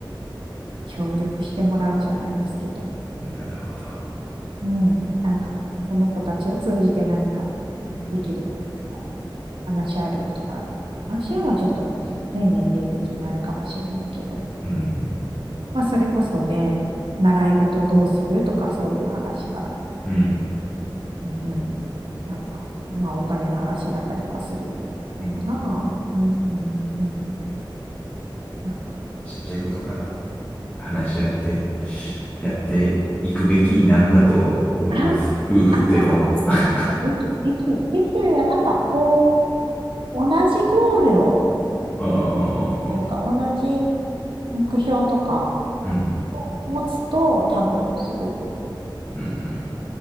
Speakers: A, on the right; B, on the left.
A: 協力してもらうじゃないですけど、
B: なるほど。
A: うん、なんか、その子たちを通じて何かできることが、話し合えることがある。話し合いはちょっと、ね、年齢的にあれかもしれないけど、
B: うん。
A: まあ、それこそね、習い事をどうするとかそういう話から、
B: うん。
A: うん、なんか、まあ、お金の話になったりとかするのかな。
B: うん
A: うん、うん、なんか、
B: ちっちゃいことから話し合って、やっていくべきなんだと思います。
A: そう。<laughs>
B: 夫婦ってのは。
A: あ、あなんか、
B: <laughs>
A: なんかでき、でき、できるよりは、なんか、こう、同じゴールを、
B: うん
A: というか、同じ目標とか、
B: うん
A: 持つと、多分、すごく、
B: うんうん